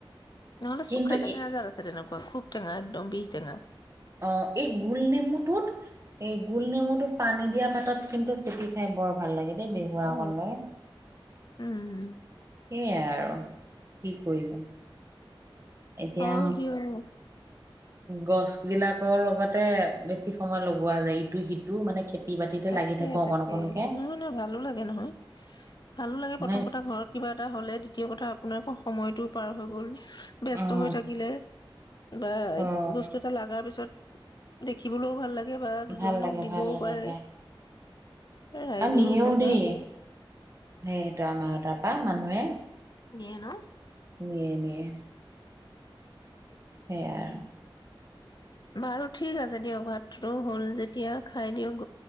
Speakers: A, on the left; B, on the right.
A: নহলে
B: কিন্তু
A: চুোকা টেঙা
B: এ
A: আজাৰ আছে, তেনেকুৱা খুব টেঙা একদম বিষ টেঙা।
B: অ এই গোল নেমুটোত, এই গোল নেমুটোত পানী দিয়া পাতত কিন্তু ুটি খাই বৰ ভাল লাগে দেই বিেহুৱা
A: অ
B: অকণৈ।
A: উম
B: সেইাই আৰু কি কৰিব? এতিয়া
A: হয় দিয়ক
B: গছ বিলাকৰ লগতে বেছি সময় লগোৱা যায় ইটো সিটো মানে খেতি বাতিতে
A: তাকে-তাকে।
B: লাগি থাকো অকণ অকণকে
A: নহয়-নহয় ভালো লাগে নহয়, ভালো লাগে প্ৰথম
B: হয়
A: কথা ঘৰত কিবা এটা হলে দ্বিতীয় কথা আপোনাৰোকৰ সময়তটো পাৰ হৈ গ'ল। বস্ত
B: উম
A: হৈ থাকিলে বা
B: উম
A: বস্তু এটা লগাৰ পিছত দেখিবলৈও ভাল লাগে। বাা দুজনক
B: ভাল লাগে
A: দিবও
B: ভাল লাগে
A: পাৰে।
B: খাই
A: ৰাইজৰো
B: আৰু নিএও
A: উপকাৰ
B: দেই।
A: হয়।
B: সেইেতো আমাৰ ত তাপা মানুহে
A: নিয়ে ন?
B: নিয়ে-নিয়ে। সেয়া
A: বাৰু ঠিক আছে দিয়ক। ভাতটো হ'ল যেতিয়া খাই দিয়ক